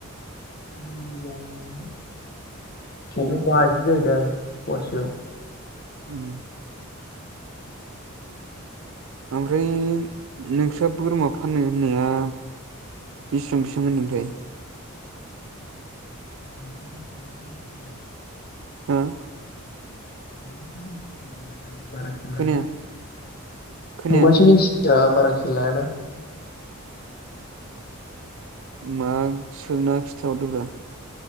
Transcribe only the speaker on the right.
<inaudible> ओमफ्राय नोंस्रा बोरमा फानोनो होननाया बिसेबां बेसेबां होनदोंथाय?
हा?
खोनाया खोनाया मा सोंना खिथाहरदोब्रा?